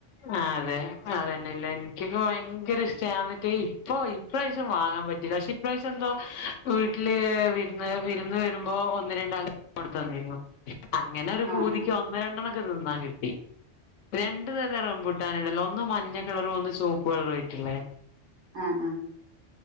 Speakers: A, on the left (about 80°); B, on the right (about 70°).
A: ആ അതെ അതന്നെല്ല എനിക്കൊക്കെ ഭ ഭയങ്കരഷ്ടാ ഇപ്പൊ ഇപ്രാവശ്യം വാങ്ങാൻ പ്രലഷി പ്ര്രാവസ് എന്തോ വീട്ടില് വിരുന്ന് വിരുന്ന് വരുമ്പോ ഒന്ന് രണ്ടാൾ കൊടുത്തു തന്നിരുന്നു അങ്ങനെ ഒരു
B: ആഹ്
A: പൂതിക്ക്
B: ആഹ്
A: ഒന്ന് രണ്ടെണ്ണം തിന്നാ കിട്ടി രണ്ട റംബുട്ടാനണ്ടല്ലോ ഒന്ന് മഞ്ഞ കളറും ചോപ്പ് യിട്ടില്ലേ
B: ആഹ് ആഹ് ആഹ്